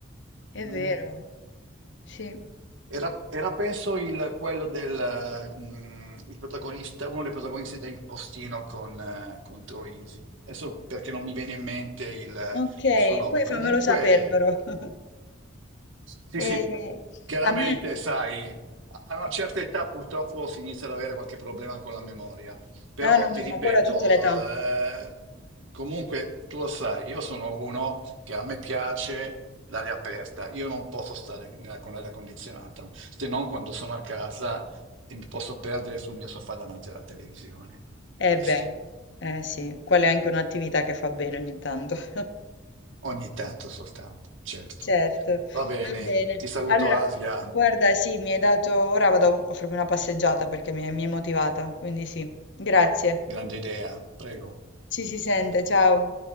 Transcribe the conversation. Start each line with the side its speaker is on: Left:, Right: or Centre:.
Left: è
Right: Mm.
Left: vero, sì.
Right: Era, era, penso il, quello del mm, il protagonista, uno dei protagonisti del postino con, eh, con Troisi. Adesso perché non mi viene in mente il,
Left: Ok,
Right: il suo nome.
Left: poi
Right: Comunque
Left: fammelo sapere però. <laughs>
Right: Sì, sì,
Left: E
Right: chiaramente,
Left: a me...
Right: sai, a una certa età purtroppo si inizia ad avere qualche problema con la memoria, però
Left: Ah no,
Right: ti
Left: no,
Right: ripeto,
Left: ma quella a tutte le età.
Right: eh, comunque tu lo sai, io sono uno che a me piace l'aria aperta, io non posso stare nella- con l'aria condizionata, se non quando sono a casa e mi posso perdere sul mio sofà davanti alla televisione.
Left: Eh
Right: Questo,
Left: beh, eh sì, quella è anche un'attività che fa bene ogni tanto. <laughs>
Right: ogni tanto soltanto, certo.
Left: Certo,
Right: Va bene,
Left: va bene.
Right: ti saluto
Left: Allora,
Right: Asia,
Left: guarda, sì, mi hai dato... Ora vado a farmi una passeggiata perché mi mi hai motivata, quindi sì. Grazie.
Right: grande idea, prego.
Left: Ci si sente, ciao.